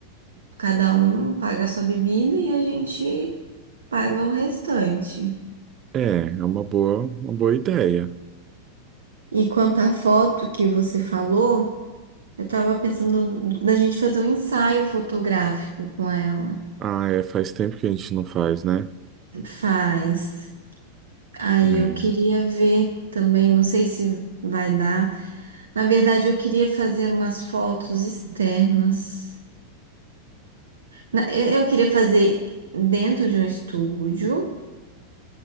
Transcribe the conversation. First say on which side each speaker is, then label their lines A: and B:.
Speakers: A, on the right; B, on the right.
A: Cada um paga a sua bebida e a gente paga o restante.
B: É, é uma boa, uma boa ideia.
A: E quanto à foto que você falou, eu tava pensando da gente fazer um ensaio fotográfico com ela.
B: Ah, é, faz tempo que a gente não faz, né?
A: Faz. Aí
B: É,
A: eu queria ver também, não sei se vai dar. Na verdade, eu queria fazer umas fotos externas. Na- Eu eu queria fazer dentro de um estúdio